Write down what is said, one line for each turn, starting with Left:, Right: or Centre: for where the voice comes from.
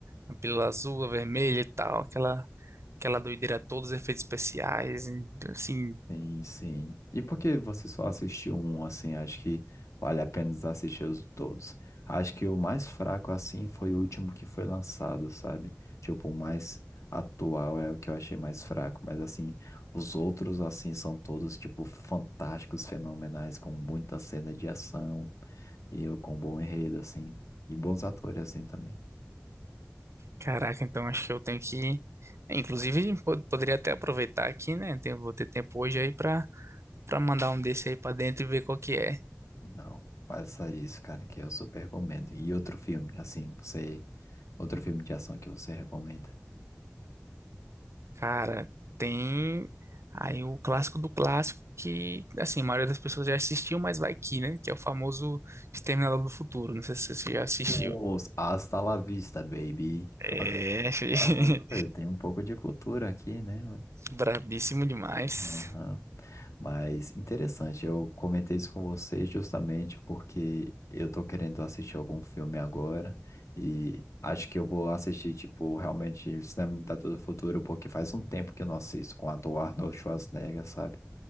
Right: da pílula azul, a vermelha e tal, aquela, aquela doideira, todos os efeitos especiais, e, assim,
Left: Sim, sim. E por que você só assistiu um, assim? Acho que vale a pena assistir os todos. Acho que o mais fraco, assim, foi o último que foi lançado, sabe? Tipo, o mais atual é o que eu achei mais fraco. Mas, assim, os outros, assim, são todos, tipo, fantásticos, fenomenais, com muita cena de ação e com bom enredo, assim. E bons atores, assim, também.
Right: caraca, então acho que eu tenho que. Inclusive, po- poderia até aproveitar aqui, né? Tenho- vou ter tempo hoje aí pra, pra mandar um desse aí pra dentro e ver qual que é.
Left: Não, faça isso, cara, que eu super recomendo. E outro filme, assim, você... Outro filme de ação que você recomenda?
Right: Cara, tem aí o clássico do clássico que, assim, a maioria das pessoas já assistiu, mas vai que, né? Que é o famoso Exterminador do Futuro. Não sei se você já assistiu.
Left: Nossa, hasta la vista, baby.
Right: É, <laughs>
Left: Por
Right: fi.
Left: favor, eu tenho um pouco de cultura aqui, né?
Right: brabíssimo demais.
Left: Aham. Mas interessante, eu comentei isso com você justamente porque eu tô querendo assistir algum filme agora e acho que eu vou assistir, tipo, realmente Cinema da do Futuro, porque faz um tempo que eu não assisto com o ator Arnold Schwarzenegger, sabe?